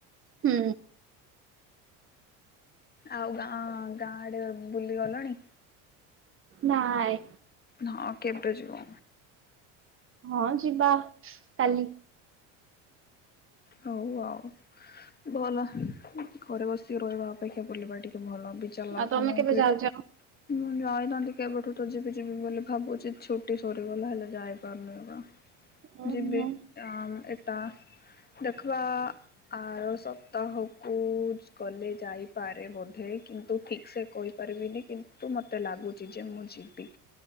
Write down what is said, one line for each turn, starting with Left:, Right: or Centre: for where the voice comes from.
Right: ହୁଁ।
Left: ଆଉ ଗାଁ ଗାଁ ଆଡେ ବୁଲି ଗଲଣି?
Right: ନାଇଁ।
Left: ହଁ, କେବେ ଯିବ?
Right: ହଁ, ଯିବା। କାଲି
Left: ହଉ ଆଉ। ଭଲ ଘରେ ବସିକି ରହିବା ଅପେକ୍ଷା ବୁଲିବା ଟିକେ ଭଲ। ବିଛା ଲାଗୁଛି
Right: ଆଉ ତମେ
Left: ମୁଁ
Right: କେବେ
Left: ବି
Right: ଯାଉଛ?
Left: ମୁଁ ଯାଇଥାନ୍ତି କେବେଠୁ ତ ଯିବି ଯିବି ବୋଲି ଭାବୁଛି ଛୁଟି ସରିଗଲା ହେଲେ ଯାଇପାରୁନି ଏକା।
Right: ଓହୋ
Left: ଯିବ ଆଁ ଏଟା ଦେଖିବା ଆର ସପ୍ତାହକୁ ଗଲେ ଯାଇପାରେ ବୋଧେ କିନ୍ତୁ ଠିକ୍ ସେ କହି ପାରିବିନି କିନ୍ତୁ ମତେ ଲାଗୁଛି ଯେ ମୁଁ ଯିବି।